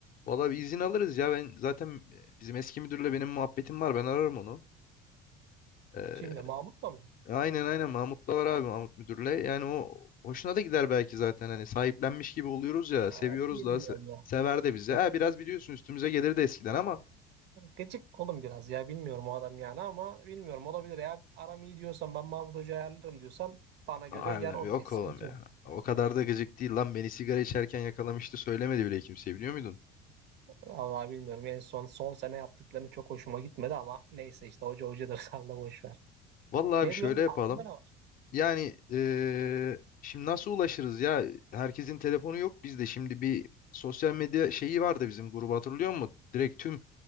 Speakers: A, on the left; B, on the right.
A: Valla bir izin alırız ya. Ben zaten e, bizim eski müdürle benim muhabbetim var. Ben ararım onu. Ee,
B: Kimle? Mahmut'la mı?
A: aynen aynen Mahmut da var abi Mahmut müdürle. Yani o hoşuna da gider belki zaten. Hani sahiplenmiş gibi oluyoruz ya.
B: Aa,
A: Seviyoruz
B: bilmiyorum
A: da se-
B: ya.
A: sever de bizi.
B: Gı-
A: Ha, biraz biliyorsun üstümüze gelir de eskiden ama
B: Gıcık olun biraz ya. Bilmiyorum o adam yani ama bilmiyorum olabilir. Eğer aram iyi diyorsan ben Mahmut Hoca ayarlarım diyorsan bana göre
A: ayarlam
B: yer okey.
A: yok
B: Sıkıntı
A: oğlum ya.
B: yok.
A: O kadar da gıcık değil lan. Beni sigara içerken yakalamıştı. Söylemedi bile kimseye biliyor muydun?
B: Vallahi bilmiyorum. En son son sene yaptıklarını çok hoşuma gitmedi ama neyse işte hoca hocadır. <laughs> Salla boş ver.
A: Vallahi
B: Ne
A: bir şöyle
B: diyorsun?
A: yapalım.
B: Aklında ne var?
A: Yani eee, şimdi nasıl ulaşırız ya? Herkesin telefonu yok bizde. Şimdi bir sosyal medya şeyi vardı bizim grubu hatırlıyor musun? Direkt tüm